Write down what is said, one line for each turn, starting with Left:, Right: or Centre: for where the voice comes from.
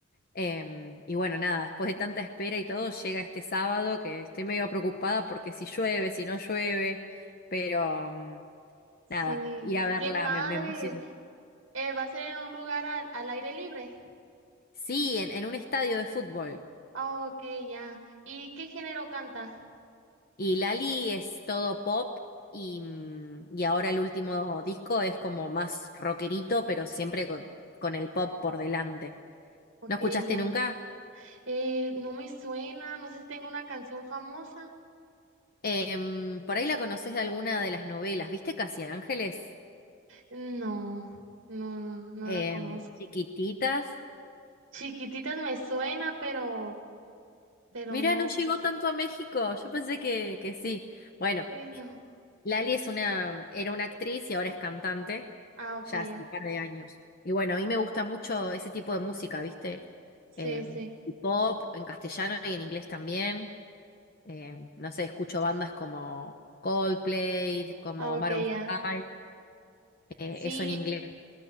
Left: Em, y bueno, nada, después de tanta espera y todo, llega este sábado que estoy medio preocupada porque si llueve, si no llueve, pero mm,
Right: Sí,
Left: nada, ir a verla
Right: qué padre.
Left: me, me emociona.
Right: Eh, ¿va a ser en un lugar al, al aire libre?
Left: Sí, en en un estadio de fútbol.
Right: Ah, ok, ya. ¿Y qué género canta?
Left: Y Lali es todo pop y, mm, y ahora el último disco es como más rockerito, pero siempre con, con el pop por delante.
Right: Ok,
Left: ¿No escuchaste
Right: ya.
Left: nunca?
Right: Eh, no me suena, no sé si tengo una canción famosa.
Left: Em, por ahí la conoces de alguna de las novelas. ¿Viste Casi Ángeles?
Right: No, no, no, no
Left: Em,
Right: la conozco.
Left: chiquititas.
Right: Chiquititas me suena, pero, pero
Left: Mira,
Right: no.
Left: no llegó tanto a México. Yo pensé que, que sí. Bueno,
Right: Sí, no.
Left: Lali es una, era una actriz y ahora es cantante.
Right: Ah, ok,
Left: ya
Right: ya.
Left: hace un par de años. Y bueno, a mí me gusta mucho ese tipo de música, ¿viste?
Right: Sí,
Left: Em,
Right: sí.
Left: el pop en castellano y en inglés también. Em, no sé, escucho bandas como Coldplay, como
Right: Ah, ok,
Left: Maroon 5,
Right: ya.
Left: eh,
Right: Sí,
Left: eso en inglés.